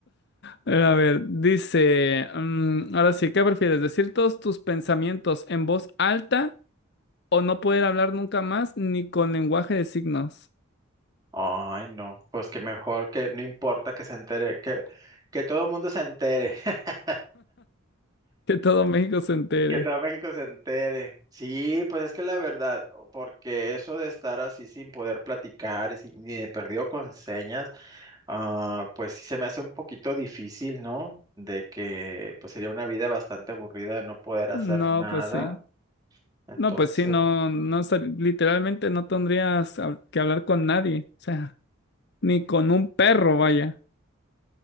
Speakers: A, on the left; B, on the right.
A: A ver, dice, mm, ahora sí, ¿qué prefieres? ¿Decir todos tus pensamientos en voz alta o no poder hablar nunca más ni con lenguaje de signos?
B: Ay, no. Pues que mejor que no importa que se entere, que, que todo el mundo se entere, <laughs>
A: Que todo México se entere.
B: que todo México se entere. Sí, pues es que la verdad, o- porque eso de estar así sin poder platicar y sin, ni de perdido con señas, ah, pues sí se me hace un poquito difícil, ¿no? De que pues sería una vida bastante aburrida de no poder
A: No,
B: hacer nada.
A: pues sí.
B: Entonces,
A: No, pues sí, no, no, sal- literalmente no tendrías hab- que hablar con nadie, o sea, ni con un perro, vaya.